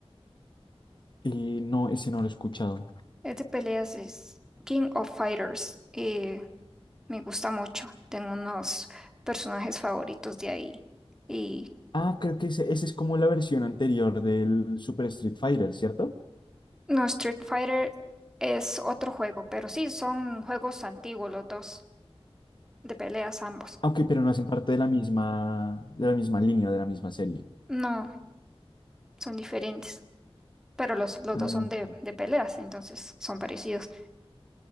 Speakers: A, on the left; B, in the centre.
A: eh, no, ese no lo he escuchado.
B: Es de peleas, es King of Fighters. Eh, me gusta mucho. Tengo unos personajes favoritos de ahí. Y
A: Ah, creo que ese, ese es como la versión anterior del Super Street Fighter, ¿cierto?
B: no, Street Fighter es otro juego, pero sí, son juegos antiguos los dos, de peleas ambos.
A: Ah, Ok, pero no hacen parte de la misma, de la misma línea, de la misma serie.
B: No, son diferentes. pero los, los
A: Ah,
B: dos son
A: ok.
B: de, de peleas, entonces son parecidos.